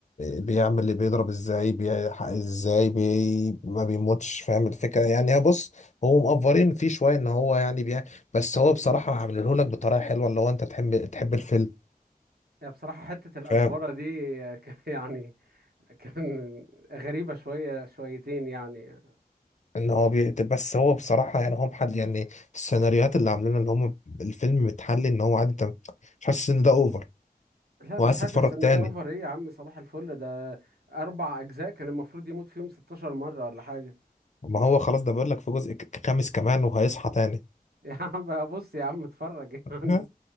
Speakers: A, on the left; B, on the right.
A: بيعمل اللي بيضرب ازاي بيحقق ازاي بي ما بيموتش فاهم الفكره يعني هي بص هو مقفرين فيه شويه ان هو يعني بيع بس هو بصراحه عامله لك بطريقه حلوه اللي هو انت تحب تحب الفيلم
B: يعني بصراحة حتة الأفورة
A: فاهم
B: دي <laughs> يعني كان غريبة شوية شويتين يعني
A: ان هو بيقتل بس هو بصراحه يعني هو محل يعني السيناريوهات اللي عاملينها ان هم الفيلم متحلي ان هو عادي انت مش حاسس ان ده اوفر
B: لا
A: وعايز
B: مش حاسس
A: تتفرج تاني
B: ان ده اوفر ايه يا عم صباح الفل ده اربع اجزاء كان المفروض يموت فيهم 16 مرة ولا حاجة
A: ما هو خلاص ده بيقول لك في جزء ك- خامس كمان وهيصحى تاني
B: <laughs> يا عم بص يا عم اتفرج <laughs> يعني
A: لا،